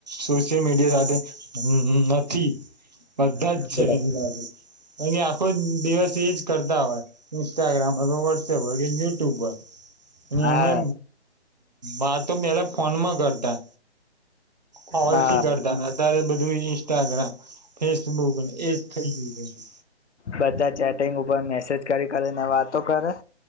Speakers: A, on the right; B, on the left.
A: સોશિયલ મીડિયા સાથે હમ નથી બધા
B: હા
A: જ છે એની પાસે અને આખો દિવસ એજ કરતા હોય ઇન્સ્ટાગ્રામ હોય કે વોટસઅપ હોય કે યુટ્યુબ પર અને
B: હા
A: એમે વાતો પેલા ફોનમાં કરતા કોલથી
B: હા
A: કરતા ને અત્યારે બધું ઇન્સ્ટાગ્રામ ફેસબુક એજ થઈ ગયું છે
B: બધા ચેટિંગ ઉપર મેસેજ કરી કરીને વાતો કરે